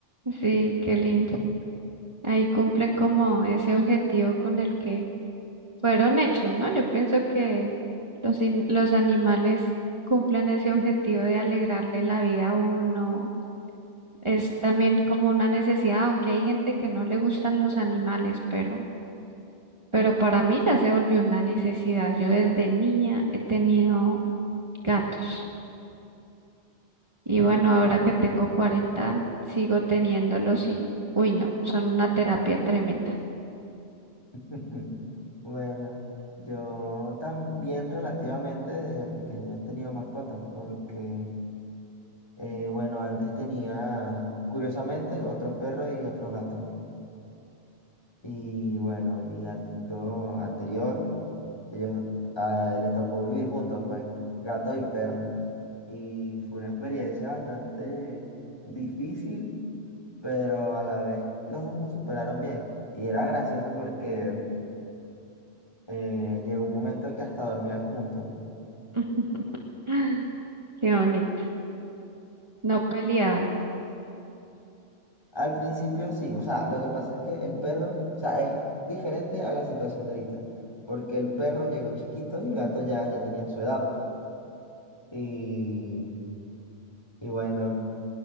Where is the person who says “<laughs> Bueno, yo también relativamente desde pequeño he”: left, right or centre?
Left